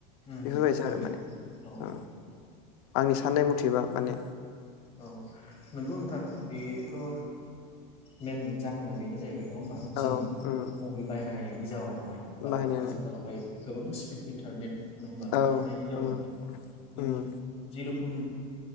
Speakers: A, on the left (about 30°); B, on the left (about 65°).
A: उम
B: बेफोरबायदि
A: नंगौ
B: आरो माने
A: औ
B: ओ आंनि साननाय मुथेबा माने
A: औ <unintelligible> नोंगौ नोंथां बेथ' ओ मेन जाहोना बेनो जायो। <inaudible> नङा होमबा जों
B: औ उम
A: मबिल बायाहायनायनि जाहनावहाय बा
B: बाहायनायानो
A: आजिखालावहाय गोबां <inaudible> इन्टारनेट नङा होमबा
B: औ
A: ओंखारनायनि जाउनावहाय
B: उम
A: जोङो
B: उम
A: जेर'खम